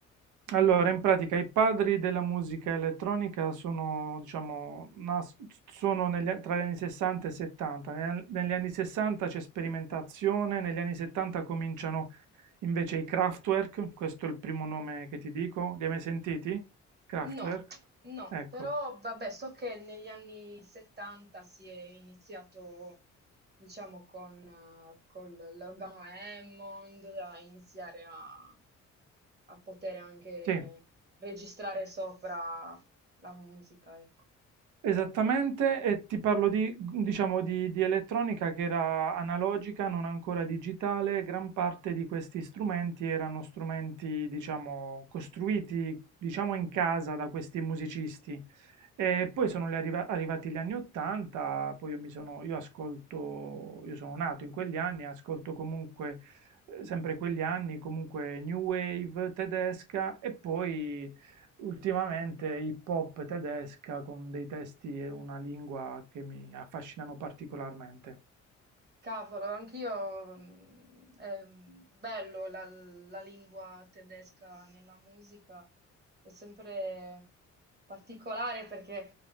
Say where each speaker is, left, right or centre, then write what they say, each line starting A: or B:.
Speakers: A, on the right; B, on the right.
A: di...
B: allora, in pratica i padri della musica elettronica sono, diciamo, nas- sono negli a- tra gli anni 60 e 70. Neg- Negli anni 60 c'è sperimentazione, negli anni 70 cominciano invece i Kraftwerk, questo è il primo nome che ti dico. Li hai mai sentiti? Kraftwerk?
A: No, no,
B: Ecco.
A: però vabbè, so che negli anni 70 si è iniziato, diciamo, con, eh, col- l'organo Hammond a iniziare a, a poter anche
B: Sì.
A: registrare sopra la musica, ecco.
B: Esattamente, e ti parlo di, diciamo, di, di elettronica che era analogica, non ancora digitale. Gran parte di questi strumenti erano strumenti, diciamo, costruiti, diciamo, in casa da questi musicisti. E poi sono gli arriva- arrivati gli anni 80, poi io mi sono, io ascolto, io sono nato in quegli anni, ascolto comunque, eh, sempre quegli anni, comunque New Wave tedesca e poi Ultimamente hip hop tedesca con dei testi e una lingua che mi affascinano particolarmente.
A: Cavolo, anch'io, mm, è bello la, la lingua tedesca nella musica, è sempre particolare perché